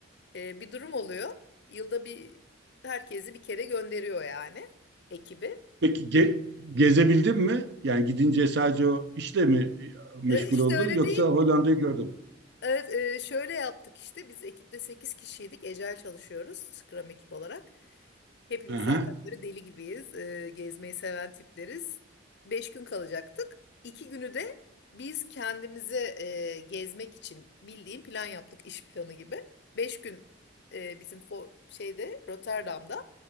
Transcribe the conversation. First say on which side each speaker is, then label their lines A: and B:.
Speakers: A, on the left; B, on the right.
A: e, bir durum oluyor. Yılda bir herkesi bir kere gönderiyor yani ekibi.
B: Peki ge- gezebildin mi? Yani gidince sadece o işle mi e, meşgul
A: E, işte
B: oldun
A: öyle
B: yoksa
A: değil.
B: Hollanda'yı gördün? mü?
A: Evet, e, şöyle yaptık işte biz ekipte 8 kişiydik. Ecel çalışıyoruz Scrum ekip olarak. Hepimiz
B: Hı hı.
A: zaten böyle deli gibiyiz. e, gezmeyi seven tipleriz. 5 gün kalacaktık. 2 günü de biz kendimize e, gezmek için bildiğin plan yaptık iş planı gibi. 5 gün e, bizim fo- şeyde Rotterdam'da